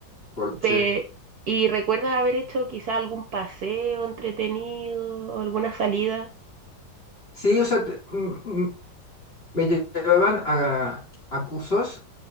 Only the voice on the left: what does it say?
por
sí.
Sí, o sea, te- mm, mm, me lle- llevaban a, a cursos